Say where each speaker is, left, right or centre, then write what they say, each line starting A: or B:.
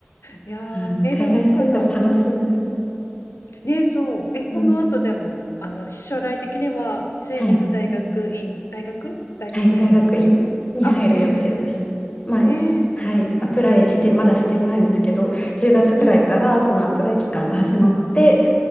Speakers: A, on the left (about 85°); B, on the left (about 25°).
A: いやーえでも美香さんは
B: はい、海外生活楽しいですね、
A: ねそうえこの後でもあの将来的にはスウェーデンの大学院大学大学院に入るあ大学院に
B: うん、はいはい大学院に入る予定ですまあ
A: えー、
B: はいアプライしてまだしていないんですけど10月ぐらいからそのアプライ期間が始まって
A: うんうんうん